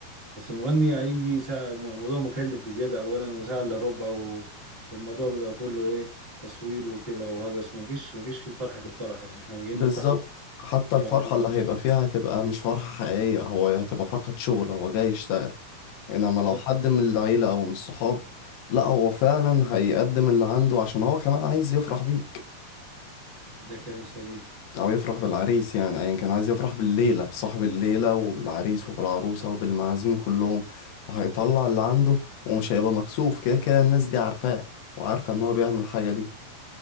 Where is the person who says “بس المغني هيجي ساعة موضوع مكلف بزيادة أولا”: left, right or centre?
Right